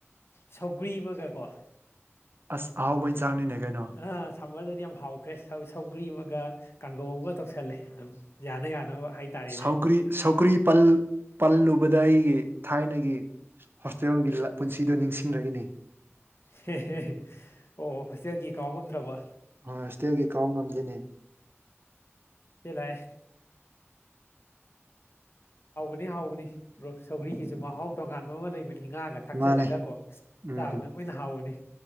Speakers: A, on the left; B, on the right.
A: ꯁꯧꯒ꯭ꯔꯤ ꯑꯃꯒ ꯀꯣ
B: ꯑꯁ ꯑꯍꯥꯎꯕ ꯏꯟꯁꯥꯡꯅꯤꯅꯦ ꯀꯩꯅꯣ
A: ꯑꯥ ꯁꯝꯃꯔꯗꯗꯤ ꯌꯥꯝ ꯍꯥꯎꯈ꯭ꯔꯦ ꯁꯧ ꯁꯧꯒ꯭ꯔꯤ ꯑꯃꯒ ꯀꯥꯡꯒꯧ ꯑꯃꯒ ꯇꯧꯁꯜꯂꯦ ꯑꯗꯨꯝ ꯌꯥꯅ ꯌꯥꯅꯕ ꯍꯥꯏꯇꯥꯔꯦꯅꯦ
B: ꯁꯧꯒ꯭ꯔꯤ ꯁꯧꯒ꯭ꯔꯤ ꯄꯜ ꯄꯜꯂꯨꯕꯗ ꯑꯩꯒꯤ ꯊꯥꯏꯅꯒꯤ ꯍꯣꯁꯇꯦꯜꯒꯤ ꯂ ꯄꯨꯟꯁꯤꯗꯣ ꯅꯤꯡꯁꯤꯡꯂꯛꯏꯅꯦ
A: ꯍꯦ ꯍꯦ ꯍꯦ ꯑꯣ ꯍꯣꯁꯇꯦꯜꯒꯤ ꯀꯥꯎꯉꯝꯗ꯭ꯔꯕ
B: ꯑ ꯍꯣꯁꯇꯦꯜꯒꯤ ꯀꯥꯎ ꯉꯝꯗꯦꯅꯦ
A: ꯇꯦꯂꯥꯏ ꯍꯥꯎꯕꯅꯤ ꯍꯥꯎꯕꯅꯤ ꯕ꯭ꯔꯣ ꯁꯧꯒ꯭ꯔꯤꯒꯤꯁꯨ ꯃꯍꯥꯎ ꯇꯣꯉꯥꯟꯕ ꯑꯃ ꯂꯩꯕꯅꯤ ꯉꯥꯒ ꯊꯥꯛꯆꯜꯂꯒ
B: ꯃꯥꯅꯦ
A: ꯀꯣ
B: ꯎꯝ
A: ꯆꯥꯕꯩ ꯃꯣꯏꯅ ꯍꯥꯎꯕꯅꯤ